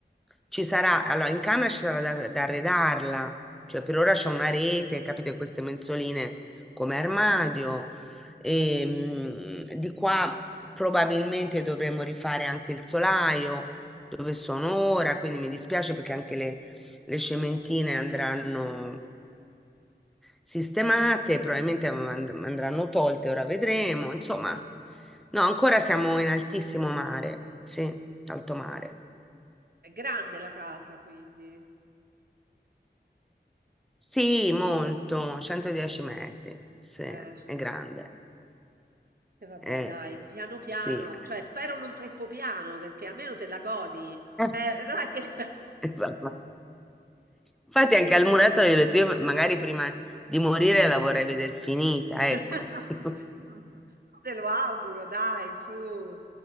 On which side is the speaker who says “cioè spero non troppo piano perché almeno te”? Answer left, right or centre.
Right